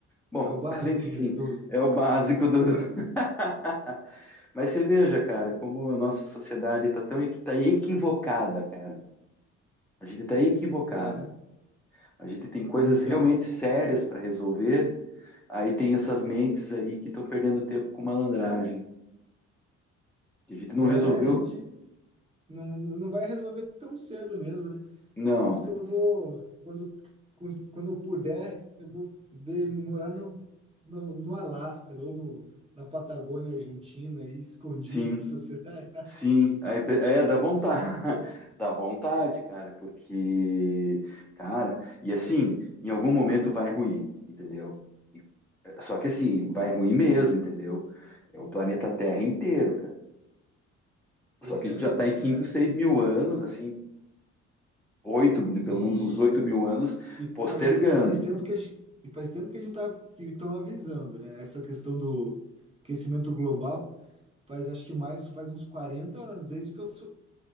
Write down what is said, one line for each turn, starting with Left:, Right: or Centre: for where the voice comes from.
Centre: Bom,
Right: é o básico
Centre: mas enfim,
Right: de- do.
Centre: é o básico do. do- <laughs> Mas você veja, cara, como a nossa sociedade está tão equi- tá equivocada, cara. A gente está equivocado.
Right: É,
Centre: A gente tem coisas
Right: então,
Centre: realmente sérias para resolver. Aí tem essas mentes aí que estão perdendo tempo com malandragem. Que a gente não
Right: é,
Centre: resolveu.
Right: a gente não, não vai resolver tão cedo mesmo, né?
Centre: Não.
Right: Por isso que eu vou, quando, quando quando eu puder, eu vou ver, morar no, no, no Alasca ou no, na Patagônia Argentina, ali, escondido
Centre: Sim,
Right: da sociedade.
Centre: sim. Aí pe- é, dá vontade.
Right: <laughs>
Centre: <laughs> Dá vontade, cara, porque, cara, e assim, em algum momento vai ruir, entendeu? E Só que assim, vai ruim mesmo, entendeu? É o planeta Terra inteiro, cara.
Right: Pois
Centre: Só que
Right: é,
Centre: a gente já está em 5,
Right: é.
Centre: 6 mil anos, assim, oito, pelo
Right: E,
Centre: menos uns 8 mil anos,
Right: e,
Centre: postergando.
Right: faz, e faz tempo que a gente, e faz tempo que a gente tá, que estão avisando, né? Essa questão do aquecimento global faz, acho que mais, faz uns 40 anos, desde que eu sou